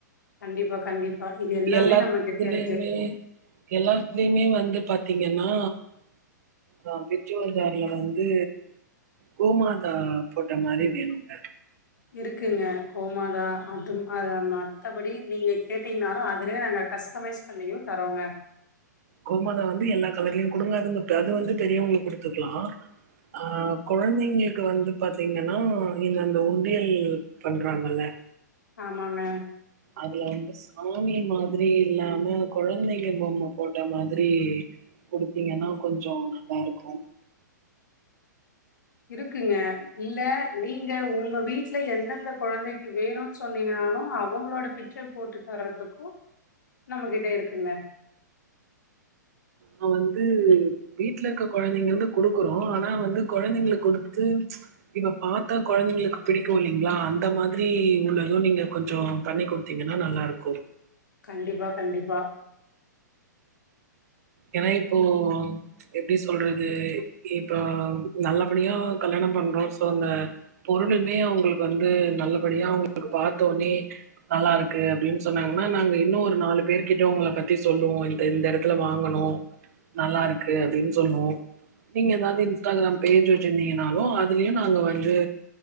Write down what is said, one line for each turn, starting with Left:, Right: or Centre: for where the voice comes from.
Left: கண்டிப்பா கண்டிப்பா இது எல்லாமே
Right: எல்லாத்துலயுமே
Left: நம்ம கிட்ட இருக்கு
Right: எல்லாத்துலயுமே வந்து பாத்தீங்கன்னா ஆ பிச்சுவல்ஜார்ல வந்து கோமாதா போட்ட மாரி வேணுங்க
Left: இருக்குங்க கோமாதா அதும் அத மத்தபடி நீங்க கேட்டீங்கனாலு அதுலயே நாங்க கஸ்டமைஸ் பண்ணியு தரோங்க
Right: கோமாதா வந்து எல்லா கலர்லயு குடுங்க அது <unintelligible> அது வந்து பெரியவங்களுக்கு குடுத்துக்கலா ஆ கொழந்தைங்களுக்கு வந்து பாத்தீங்கன்னா இந்த அந்த உண்டியல் பண்றாங்கல்ல
Left: ஆமாங்க
Right: அதுல வந்து சாமி மாதிரி இல்லாம கொழந்தைங்க பொம்ம போட்ட மாதிரி குடுத்தீங்கன்னா கொஞ்சோ நல்லா இருக்கு
Left: இருக்குங்க இல்ல நீங்க உங்க வீட்ல எந்தெந்த கொழந்தைக்கு வேணு சொன்னீங்கன்னாலு அவுங்களோட பிக்சர் போட்டு தர்றதுக்கு நம்மகிட்ட இருக்குங்க
Right: நா வந்து வீட்ல இருக்க கொழந்தைங்கள்து குடுக்குறோ ஆனா வந்து கொழந்தைகளுக் குடுத்து இப்ப பாத்தா கொழந்தைங்களுக் பிடிக்கு இல்லைங்ளா அந்த மாதிரி உள்ளது நீங்க கொஞ்சோ பண்ணி குட்த்தீங்கனா நல்லாருக்கு
Left: கண்டிப்பா கண்டிப்பா
Right: ஏனா இப்போ எப்டி சொல்றது இப்போ நல்லபடியா கல்யாணம் பண்றோ சோ அந்த பொருளுமே அவூங்களுக்கு வந்து நல்லபடியா அவுங்களுக்கு பாத்தே ஒன்னே நல்லா இருக்கு அப்டின் சொன்னாங்கன்னா நாங்க இன்னு ஒரு நாலு பேர்கிட்டே உங்கள பத்தி சொல்லுவோ இந்த இந்த எடத்துல வாங் குனோ நல்லா இருக்கு அப்டீன் சொல்லுவோ நீங்கே எதாவ்து இன்ஸ்டாகிராம் பேஜ் வெச்சிருந்தீங்கனாலு அதுலியு நாங்க வந்து